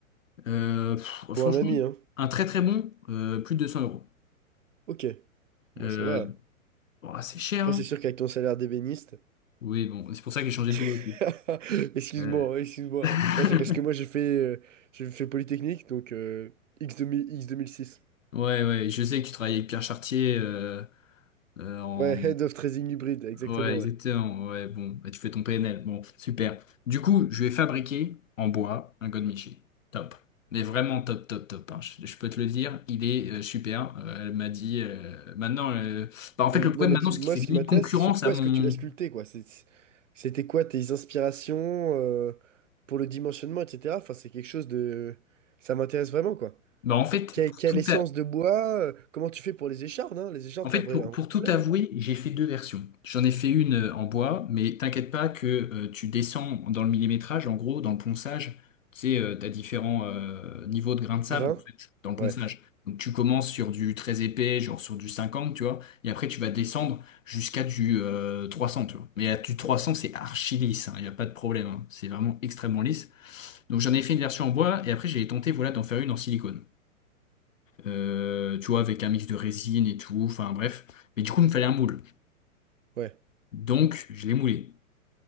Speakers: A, on the left (about 60°); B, on the right (about 60°).
A: euh, pff,
B: Pour
A: franchement,
B: un ami, hein?
A: un très très bon, euh, plus de 200 euros.
B: Ok. Bon,
A: Euh,
B: ça va.
A: oh, c'est cher.
B: Après,
A: hein.
B: c'est sûr qu'avec ton salaire d'ébéniste.
A: Oui, bon, c'est pour ça que j'ai
B: <laughs>
A: changé de boulot aussi.
B: Excuse-moi,
A: Euh,
B: hein, excuse-moi.
A: <laughs>
B: Non, c'est parce que moi, j'ai fait, euh, j'ai fait Polytechnique, donc euh, X2000, X2006.
A: Ouais, ouais, je sais que tu travailles avec Pierre Chartier euh, euh, en,
B: Ouais, Head of Trading Hybrid, exactement,
A: Ouais, exactement.
B: ouais.
A: Ouais, bon, bah, tu fais ton PNL. Bon, super. Du coup, je vais fabriquer en bois un godmichi. Top. Mais vraiment top, top, top. hein. Je, je peux te le dire, il est euh, super. Euh, elle m'a dit euh, maintenant. euh, Bah, en
B: Et-
A: fait, le
B: non,
A: problème
B: mais
A: maintenant,
B: tu-
A: c'est
B: moi,
A: qu'il fait
B: ce
A: limite
B: qui m'intéresse,
A: concurrence
B: c'est sur quoi
A: à mon.
B: est-ce que tu l'as sculpté, quoi. C'est- c'est- C'était quoi tes inspirations euh, pour le dimensionnement, etc. Enfin, c'est quelque chose de... Ça m'intéresse vraiment, quoi.
A: Bah, en fait,
B: Quelle,
A: pour
B: quelle
A: tout,
B: essence de bois? euh, Comment tu fais pour les échardes, hein? Les échardes,
A: En
B: c'est
A: fait,
B: un vrai,
A: pour,
B: un
A: pour
B: vrai problème,
A: tout avouer,
B: hein.
A: j'ai fait deux versions. J'en ai fait une euh, en bois, mais t'inquiète pas que euh, tu descends dans le millimétrage, en gros, dans le ponçage, tu sais, euh, t'as différents euh, niveaux de grains de sable,
B: Grain?
A: en fait, dans le
B: Ouais,
A: ponçage. Donc tu commences sur du très épais, genre sur du 50, tu vois, et après tu vas descendre jusqu'à du euh, 300, tu vois. Mais à du 300, c'est archi lisse, il n'y a pas de problème, hein. C'est vraiment extrêmement lisse. Donc j'en ai fait une version en bois, et après j'ai tenté, voilà, d'en faire une en silicone euh, tu vois, avec un mix de résine et tout, enfin bref. Mais du coup, il me fallait un moule.
B: ouais.
A: Donc, je l'ai moulé.